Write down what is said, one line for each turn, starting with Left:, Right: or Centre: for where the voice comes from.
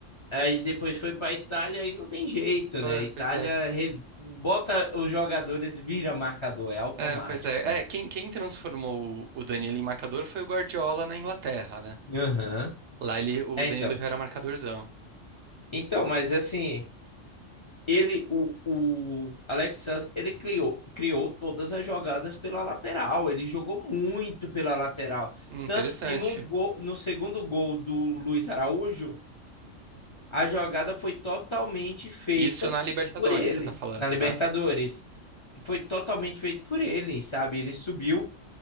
Left: aí depois foi para Itália e não tem jeito,
Right: Ah,
Left: né? Itália
Right: Pois é.
Left: re- bota os jogadores vira marcador, é automático,
Right: É, pois é.
Left: né?
Right: É, quem, quem transformou o o Danilo em marcador foi o Guardiola na Inglaterra, né?
Left: Aham.
Right: Lá ele, o
Left: É,
Right: Danilo
Left: então.
Right: já era marcadorzão.
Left: Então, mas assim, ele, o, o Alexandre, ele criou, criou todas as jogadas pela lateral. Ele jogou muito pela lateral.
Right: Hum,
Left: Tanto
Right: interessante.
Left: que no, gol, no segundo gol do Luiz Araújo, a jogada foi totalmente feita
Right: Isso na Libertadores,
Left: por ele
Right: você tá falando,
Left: na Libertadores.
Right: né?
Left: Foi totalmente feito por ele, sabe? Ele subiu,